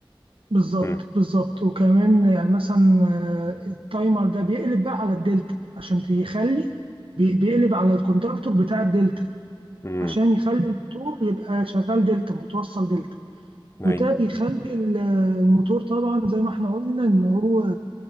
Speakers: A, on the right; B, on the left.
A: بالظبط
B: مم،
A: بالظبط وكمان يعني مثلا آه، التايمر ده بيقلب بقى على الدلتا عشان يخلي بي- بيقلب على الكونتاكتور بتاع الدلتا
B: مم،
A: عشان يخلي الموتور يبقى شغال دلتا متوصل دلتا
B: ايوه
A: وده بيخلي ال- الموتور طبعا زي ما احنا قلنا ان هو